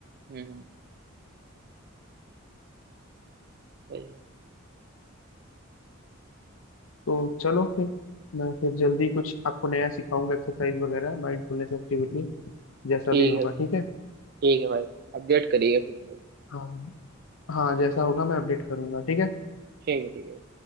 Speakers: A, on the right (about 50°); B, on the left (about 85°).
A: हम्म सही है
B: तो चलो फिर मैं फिर जल्दी कुछ आपको नया सिखाऊंगा एक्सरसाइज वगैरह माइंडफुलनेस एक्टिविटी जैसा
A: ठीक
B: भी होगा
A: है
B: ठीक है
A: ठीक है भाई अपडेट करिएगा फिर मेरे को
B: हाँ हाँ जैसा होगा मैं अपडेट करूंगा ठीक है
A: ठीक है ठीक है